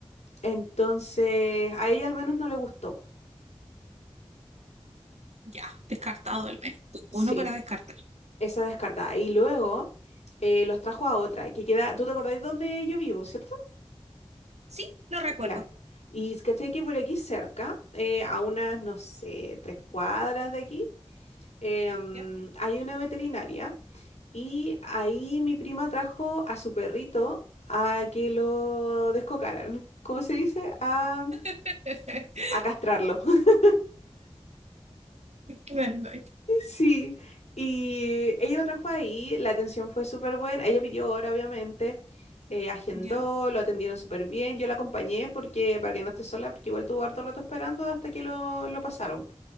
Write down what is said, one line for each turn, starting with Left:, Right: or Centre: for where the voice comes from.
Left: Entonces, a ella al menos no le gustó.
Right: Ya, descartado al menos.
Left: Sí,
Right: Uno para descartar.
Left: esa descartada. Y luego eh, los trajo a otra, que queda, ¿tú te acordáis dónde yo vivo, cierto?
Right: Sí, lo recuerdo.
Left: Ya. Y es ¿cachai? Que por aquí cerca, eh, a unas, no sé, tres cuadras de aquí, em,
Right: ¿Ya?
Left: hay una veterinaria y ahí mi prima trajo a su perrito a que lo descocaran. ¿Cómo se dice? A,
Right: <laughs>
Left: a castrarlo. <laughs>
Right: Bueno,
Left: Sí. Y ella lo trajo ahí, la atención fue súper buena. Ella pidió hora, obviamente. eh, agendó,
Right: ya.
Left: lo atendieron súper bien. Yo la acompañé porque, para que no esté sola, porque igual tuvo harto rato esperando hasta que lo, lo pasaron.